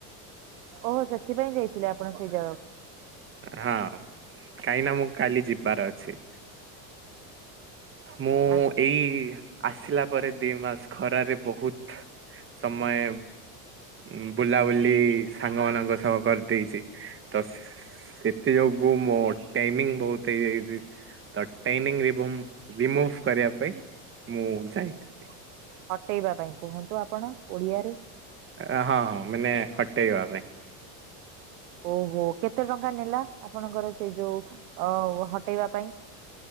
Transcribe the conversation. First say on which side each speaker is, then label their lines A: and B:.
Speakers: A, on the right (about 75°); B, on the right (about 25°).
A: ଓହୋ ସେଥିପାଇଁ ଯାଇଥିଲେ ଆପଣ ସେଇ ଜାଗାକୁ।
B: ହଁ କାହିଁନା ମୁଁ କାଲି ଯିବାର ଅଛି। ମୁଁ
A: ଆଚ୍ଛା
B: ଏଇ ଆସିଲା ପରେ ଦି ମାସ୍ ଖରାରେ ବହୁତ୍ ସମୟେ ଉ ବୁଲାବୁଲି ସାଙ୍ଗ ମାନଙ୍କ ସହ କରିଦେଇଛି ତସ୍ ସେଥି ଯୋଗୁ ମୋ ଟାଇମିଙ୍ଗ୍ ବହୁତ୍ ହେଇଯାଇଛି ତ ଟାଇମିଙ୍ଗ୍ ରିବୋମ୍ ରିମୁଭ୍ କରିବା ପାଇଁ ମୁଁ ଯାଇଥାନ୍ତି।
A: ହଟେଇବା ପାଇଁ କୁହନ୍ତୁ ଆପଣ ଓଡ଼ିଆରେ।
B: ଆ ହଁ ମାନେ ହଟେଇବା ପାଇଁ।
A: ଓହୋ କେତେ ଟଙ୍କା ନେଲା ଆପଣଙ୍କର ସେଇ ଯୋଉ ଅ ହଟେଇବା ପାଇଁ?